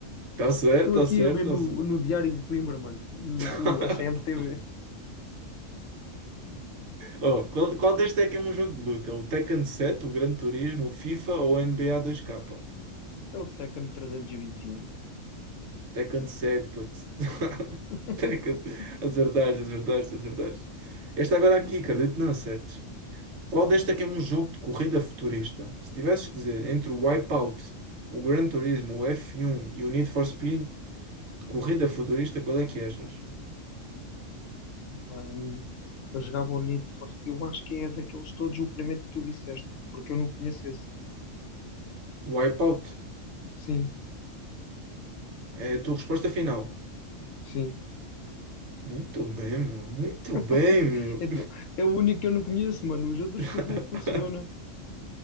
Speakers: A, on the right (about 60°); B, on the left (about 75°).
A: Tá certo,
B: Estou
A: tá
B: aqui
A: certo,
B: a ver no,
A: tá certo.
B: no Diário de Coimbra, mano. Hum,
A: <laughs>
B: O, a CMTV.
A: Oh, qual, qual deste é que é um jogo de luta? O Tekken 7, o Gran Turismo, o FIFA ou o NBA 2K?
B: É o Tekken 321.
A: Tekken 7, puto. <laughs>
B: <laughs>
A: Tekken. Acertaste, acertaste, acertaste. Este agora aqui, acredito, que não acertes. Qual deste é que é um jogo de corrida futurista? Se tivesses que dizer entre o Wipeout, o Gran Turismo, o F1 e o Need for Speed, de corrida futurista, qual é que achas?
B: Pá, eu eu jogava o Need for... Eu acho que é daqueles todos o primeiro que tu disseste, porque eu não conheço esse.
A: Wipeout
B: Sim,
A: é a tua resposta final.
B: sim.
A: Muito bem, meu. Muito bem,
B: <laughs>
A: meu.
B: Então, é o único que eu não conheço, mano. Os outros
A: <laughs>
B: sei como é que funciona.